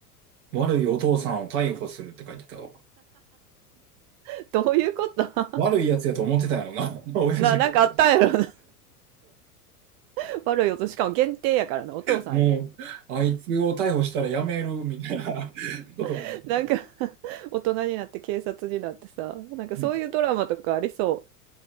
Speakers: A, on the right; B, on the right.
A: 悪いお父さんを逮捕するって書いてたわ。
B: <laughs> どういうこと <laughs>
A: 悪いやつやと思ってたよな、<laughs> 親父。
B: な、なんかあったんやろな。<laughs> 悪い音。しかも限定やからな。お父さんやから。
A: もう、あいつを逮捕したらやめるみたいなことかもしれない。
B: <laughs> なんか <laughs> 大人になって警察になってさ。なんかそういうドラマとかありそ
A: うん、